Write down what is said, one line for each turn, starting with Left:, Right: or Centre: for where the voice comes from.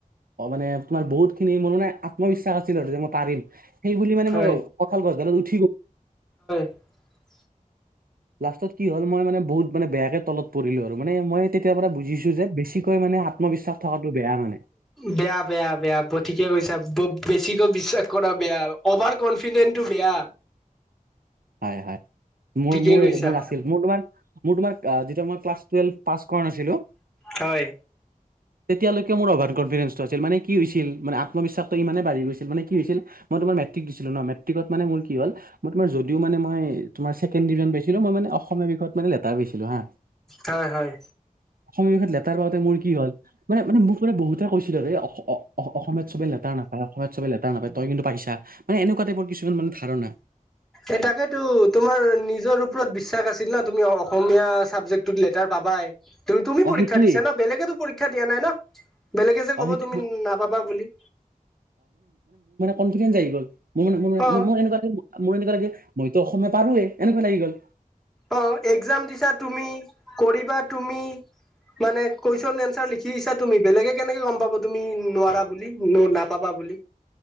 Right: অ' মানে তোমাৰ বহুত খিনি মোৰ মানে আত্মবিশ্বাস আছিল আৰু যে মই পাৰিম। সেই বুলি মানে
Centre: হয়
Right: মই কঁঠাল গছ গালত উঠি গলোঁ।
Centre: <inaudible>
Right: লাষ্টত কি হ'ল মই মানে বহুত মানে বেয়াকে তলত পৰিলো আৰু মানে মই তেতিয়াৰ পৰা বুজিছো যে বেছিকৈ মানে মানে আত্মবিশ্বাস থকাটো বেয়া মানে।
Centre: বেয়া বেয়া বেয়া ব ঠিকে কৈছা ব বেছিকৈ বিশ্বাস কৰা বেয়া অভাৰ কনফিডেন্। কিন্তু বেয়া।
Right: <inaudible> হয় হয় মোৰ
Centre: ঠিকে
Right: মোৰ
Centre: কৈছা
Right: মোৰ আছিল মোৰ তোম মোৰ তোমাক যেতিয়া মই ক্লাছ টোয়েলভ পাছ কৰা নাছিলো,
Centre: হয়
Right: তেতিয়ালৈকে মোৰ অভাৰ কনফিডেন্সটো আছিল মানে। কি হৈছিল মানে, আত্মবিশ্বাসটো ইমানেই বাঢ়ি গৈছিল মানে কি হৈছিল, তোমাৰ মেট্ৰিক দিছিলোঁ ন মেট্ৰিক। মেট্ৰিকত মানে মোৰ কি হ'ল মোৰ তোমাৰ যদিও। যদি মে মই তোমাৰ ছেকেণ্ড ডিভিজন পাইছিলো, মই মানে অসমীয়া বিষয়ত মানে লেটাৰ পাইছিলো হা।
Centre: হয় হয়
Right: অসমীয়া বিষত লেটাৰ পাওঁতে মোৰ কি হ'ল, মানে-মানে মোক মানে বহুত কৈছিলে হে অ-অ-অ-অসমীয়াত চবে লেটাৰ নাপায় অসমীয়াত চবে লেটাৰ নাপায় তই কিন্তু পাইছা, মানে এনেকুৱা টাইপৰ কিছ কিছুমান মান ধাৰণা।
Centre: এ তাকেতো তোমাৰ নিজৰ ওপৰত বিশ্বাস আছিল ন তুমি অসমীয়া চাবজেক্টটোত লেতাৰ পাবাই, তুম-তুমি
Right: অ
Centre: পৰীক্ষা
Right: সেইটোৱে
Centre: দিছা ন বেলেগেতো পৰীক্ষ্ ক্ষা দিয়া নাই ন, বেলেগে যে
Right: অ
Centre: ক'ব
Right: সেইটো
Centre: তুমি
Right: মই-
Centre: নাপাবা বুলি।
Right: কনফিডেঞ্চ আহি গ'ল, মোৰ <unintelligible>
Centre: অ
Right: মোৰ এনেকুৱা লাগে মইতো অসমীয়া পাৰোঁৱেই, এনেকুৱা লাগি গ'ল।
Centre: অ', এক্জাম দিছা তুমি, কৰিবা তুমি। মানে কুৱেশন এন্চাৰ লিখিছা তুমি বেলেগে কেনেকে গম পাবা তুমি নোৱাৰা বুলি, ন-নাপাবা বুলি